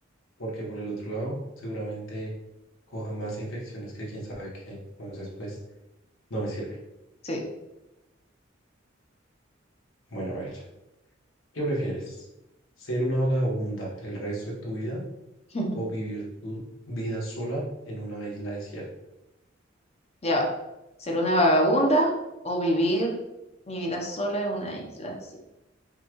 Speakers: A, on the left; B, on the left.
A: porque por el otro lado seguramente coja más infecciones que quién sabe qué. Entonces, pues... No me sirve.
B: Sí.
A: Bueno, a ver, ¿qué prefieres? ¿Ser una vagabunda el resto de tu vida
B: <laughs>
A: o vivir tu vida sola en una isla desierta?
B: Ya va. ¿Ser una vagabunda o vivir mi vida sola en una isla desierta?